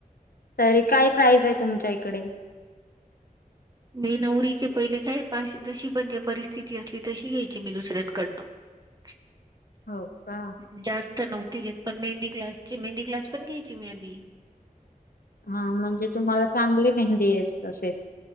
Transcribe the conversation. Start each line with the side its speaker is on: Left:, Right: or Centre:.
Left: तरी काय प्राईज हाय तुमच्या इकडे
Right: मी नवरीचे पहिले काय पा जशी म्हणजे परिस्थिती असली तशी घ्यायची मी दुसऱ्यांकडनं <inaudible>
Left: हो का
Right: जास्त नव्हती घेत पण मेहंदी क्लासची मेहंदी क्लास पण घ्यायची मी आधी
Left: हा म्हणजे तुम्हाला चांगली मेहंदी येत असेल